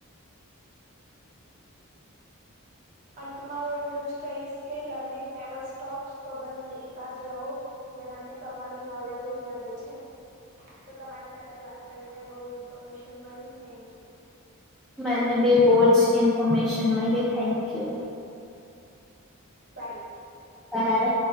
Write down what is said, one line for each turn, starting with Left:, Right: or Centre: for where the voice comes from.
Right: અંતમાં હું એટલું જ કહીશ કે લર્નિંગ નેવર સ્ટોપસ તો બસ શીખતા જ રહો. જેનાથી તમારી નોલેજ જ વધે છે. તો તમારી સાથે વાત કરીને બહુ ઇન્ફોર્મેશન મળી થેન્ક યુ.
Centre: મને બી બહુ જ ન્ફોર્મેશન મયલી થેન્ક યુ.
Right: બાય.
Centre: બાય.